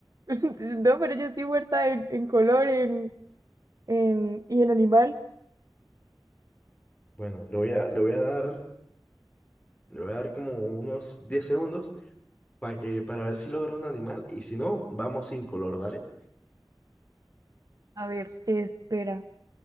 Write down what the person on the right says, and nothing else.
<laughs> No, pero yo estoy muerta en, en color, en, en, y en animal.
A ver, espera.